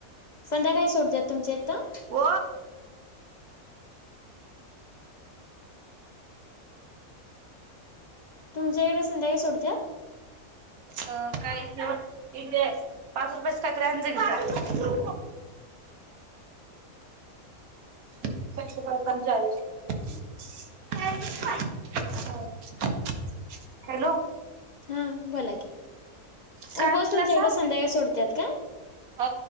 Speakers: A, on the left; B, on the right.
A: संध्याकाळी सोडत्यात तुमच्या इथं?
B: ओ
A: तुमच्या इकडं संध्याकाळी सोडत्यात?
B: अ काय घेऊ? इकड यायचं. पाच रुपयाच काय तर आण जा की जा.
A: <inaudible>
B: <unintelligible> <unintelligible> हॅलो
A: हा बोला की.
B: काय
A: उपवास
B: म्हटलासा
A: तुमच्या इकडं संध्याकाळी सोडत्यात काय?
B: अ